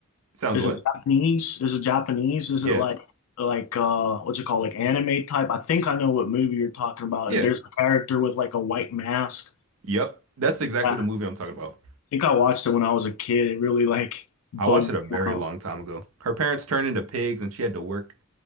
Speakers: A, on the right; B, on the left.
A: sounds
B: Is
A: what?
B: it Japanese? Is it Japanese? Is
A: Yeah.
B: it like like uh what's it called? Like anime type? I think I know what movie you're talking about.
A: Yeah.
B: There's a character with like a white mask.
A: Yep. That's exactly
B: Yeah, I
A: the movie I'm talking about.
B: think I watched it when I was a kid. It really like bugged
A: I watched it a very
B: me out.
A: long time ago. Her parents turned into pigs and she had to work.